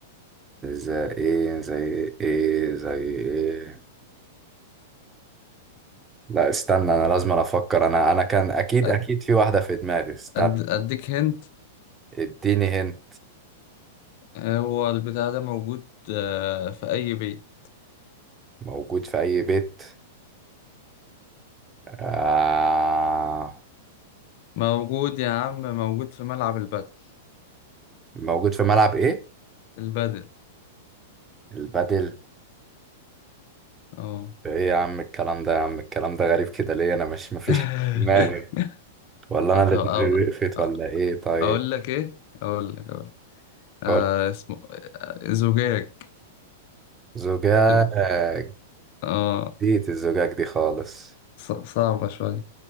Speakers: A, on the right; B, on the left.
A: زي ايه زي ايه زي ايه لا استنى انا لازم أنا افكر انا انا كان اكيد
B: أد-
A: اكيد في واحدة في دماغي استنى
B: أد- اديك هنت
A: اديني هنا
B: هو البتاع ده موجود آه، في اي بيت
A: موجود في أي بيت آه.
B: موجود يا عم موجود في ملعب البدل
A: موجود في ملعب إيه؟
B: البدل
A: البادل
B: اه
A: إيه يا عم الكلام ده يا عم الكلام ده غريب كده ليه أنا مش مفيش
B: <laughs>
A: حاجة في دماغي ولا
B: طب
A: أنا اللي
B: أو...
A: دماغي وقفت
B: أو-
A: ولا إيه طيب
B: اقول لك ايه اقول لك اقول لك. آه
A: قول
B: اسمه آه زجاج
A: زجاج
B: ال- اه
A: جديد الزجاج دي خالص
B: ص... صعبة شوية